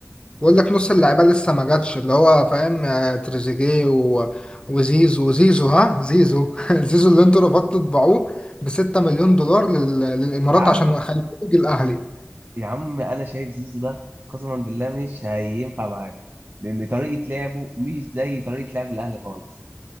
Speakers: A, on the left; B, on the right.
A: بقول لك نص اللعيبه لسه ما جاتش اللي هو فاهم آه، تريزيجيه و... وزيزو زيزو ها زيزو <laughs> زيزو اللي انتوا رفضتوا تبيعوه ب 6 مليون دولار لل... للامارات
B: يا عم
A: عشان خليه يجي الاهلي
B: يا عم انا شايف زيزو ده قسما بالله مش هينفع معاك لان طريقة لعبه مش زي طريقة لعب الاهلي خالص